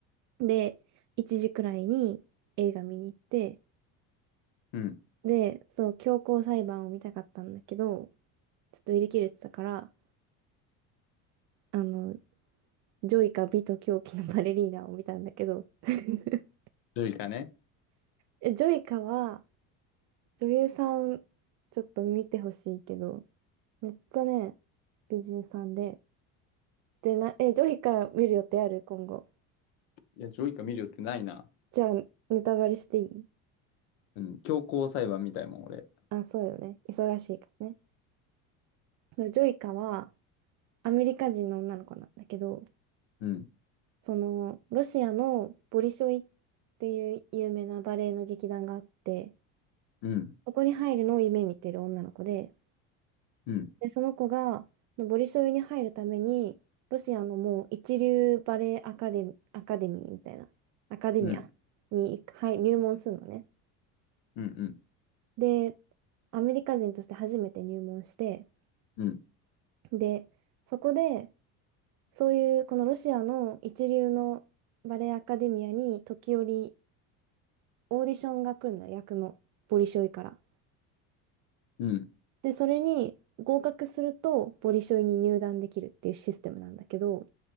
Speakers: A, on the right (about 50°); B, on the left (about 70°).
A: で、1時くらいに映画見に行って、
B: うん。
A: で、そう、強行裁判を見たかったんだけど、ちょっと売り切れてたから、あの、ジョイカ、美と狂気のバレリーナを見たんだけど、<laughs>
B: ジョイカね。
A: えジョイカは女優さん、ちょっと見てほしいけど、めっちゃね、美人さんで、でな、え、ジョイカ見る予定ある今後。
B: いや、ジョイカ見るよってないな。
A: じゃあ、ネタバレしていい
B: うん、強行裁判みたいもん、俺。
A: あ、そうよね。忙しいからね。でジョイカはアメリカ人の女の子なんだけど、
B: うん、
A: その、ロシアのボリショイっていう有名なバレエの劇団があって、
B: うん、
A: そこに入るのを夢見てる女の子で、
B: うん、
A: で、その子が、ボリショイに入るために、ロシアのもう一流バレエアカデミ、アカデミーみたいな、アカデミアに入入門するのね。
B: うん、うん、うん、
A: で、アメリカ人として初めて入門して、
B: うん、
A: で、そこで、そういうこのロシアの一流のバレエアカデミアに時折オーディションが来るの、役のボリショイから。
B: うん、うん、
A: で、それに合格するとボリショイに入団できるっていうシステムなんだけど、